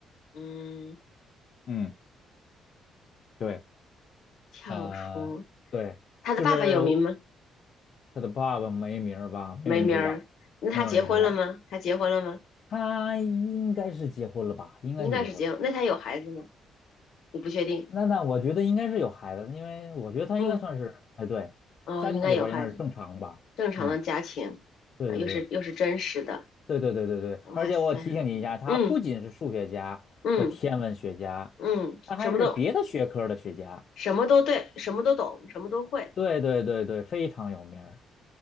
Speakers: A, on the left; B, on the left.
A: 嗯，
B: 嗯，对，
A: 跳出
B: 呃，对，
A: 他的爸爸有名吗？
B: 就是他的爸爸没名儿吧，没人知道，
A: 没名儿。那他结婚了吗？
B: 没有人知道，
A: 他结婚了吗？
B: 他应该是结婚了吧？应该是结婚了。
A: 应该是结婚。那他有孩子吗？你不确定。
B: 那那我觉得应该是有孩子因为我觉得他应该算是，
A: 嗯，
B: 哎，对，
A: 哦，
B: 家庭这块儿应该是正常吧。
A: 应该有孩子。正常的家庭，
B: 嗯，对对对。
A: 啊又是又是真实的。
B: 对对对对对，
A: 哇塞，
B: 而且我提醒你一下，他不仅是数学家和天文学家，
A: 嗯嗯嗯，
B: 他还是别的学科的学家。
A: 什么都什么都对，什么都懂，什么都会，
B: 对对对对，非常有名儿，